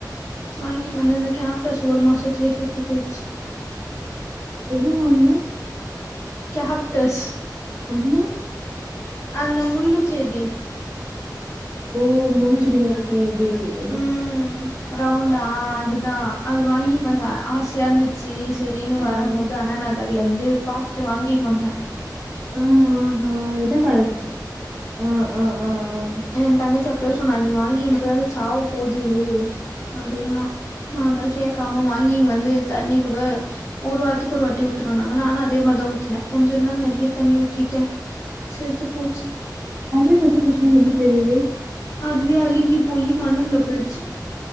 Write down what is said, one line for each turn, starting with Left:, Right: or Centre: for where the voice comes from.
Left: வாங்கி வந்திருந்த கேப்டாஸ் ஒரு மாசத்துலயே செத்து போய்ச்சு
Right: என்ன வாங்குன
Left: கேப்டஸ்
Right: அப்டினா
Left: அந்த முள்ளுச்செடி
Right: ஓ முள்ளுச்செடி <unintelligible>
Left: ம் ரவுண்டா அ அதுதா அது வாங்கிட் வந்த ஆச எறந்துட்ச்சு சரின்னு வரம்போது
Right: ஆ
Left: அண்ணா நகர்ல இருந்து பாத்துட்டு வாங்கினு வந்த
Right: ம் ஹூ ஹூ எதுக் அழுறது அ அ அ அ
Left: என் தங்கச்சி அப்பவே சொன்னா நீ வாங்கினு போய் அத சாவு போது அப்டின்னா நா தா கேட்காம வாங்கின் வந்து தண்ணி கூட ஒரு வாரத்துக்கு ஒரு வாட்டி ஊத்துணுனாங்க நானு அது அதே மாரிதா ஊத்துனே கொஞ்சோ தா நெறய
Right: ஆ
Left: தண்ணி ஊத்திட்ட செத்து போச்சு
Right: அதுவே செத்து போச்சுன்னு எப்டி தெரிது
Left: அதுவே அழுகி போயி மண்ணு உள்ள போய்டுச்சு